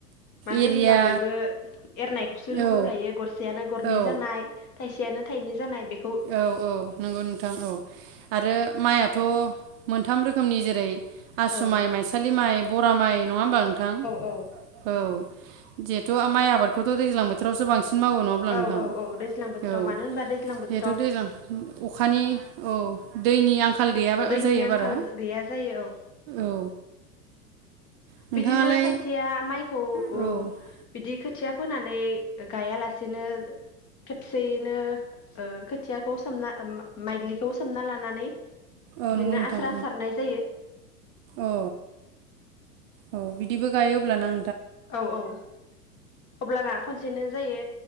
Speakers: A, on the left; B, on the right.
A: मानो
B: एरिया
A: होनब्ला बयबो एरनायखौसो लुगैखायो
B: औ
A: गरसेयानो गरनै
B: औ
A: जानाय थाइसेयानो थाइनै जानाय बे
B: औ औ नंगौ नोंथां औ आरो माइआथ' मोनथाम रोखोमनि जेरै आसु
A: औ
B: माइ माइसालि माइ बरा माइ नङा होनबा नोंथां
A: औ
B: औ जिहेथु माइ आबादखौथ दैजां बोथोरावसो बांसिन मावो नङा अब्ला
A: औ
B: नोंथां
A: औ औ दैज्लां बोथोराव
B: औ
A: मानो होनबा दैज्लां बोथोर
B: जिहेथु दैजां अखानि औ दैनि आंखाल गैयाबा
A: दैनि
B: जायो
A: आंखाल
B: बारा
A: गैया जायो औ
B: औ नोंथाङालाय
A: बिदिनो खायसेया माइखौ
B: औ
A: ओ
B: औ
A: बिदि खो खोथिया फोनानै गायालासेनो खेबसेयैनो ओ खोथियाखौ सोमना माइग्लिखौ सोमना लानानै बिदिनो
B: औ नंगौ नोंथां
A: आस्रा सारनाय जायो
B: औ औ बिदिबो गायो अब्ला ना?
A: औ औ अब्लाना खनसेनो जायो